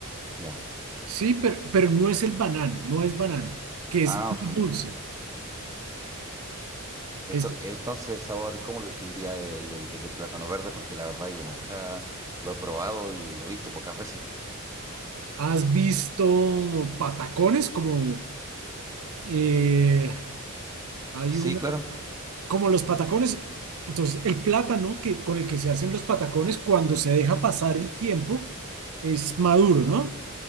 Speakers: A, on the right; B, on the right.
A: ya,
B: sí, pero, pero no es el banano, no es banano, que es
A: ah,
B: muy
A: ok,
B: dulce.
A: Esto-
B: Es-
A: entonces, el sabor, ¿cómo lo describiría el del, el del plátano verde? Porque la verdad yo nunca lo he probado y lo he visto pocas veces.
B: ¿has visto patacones como eh, hay
A: Sí,
B: una,
A: claro,
B: como los patacones? Entonces, el plátano que, con el que se hacen los patacones cuando se deja pasar el tiempo es maduro, ¿no?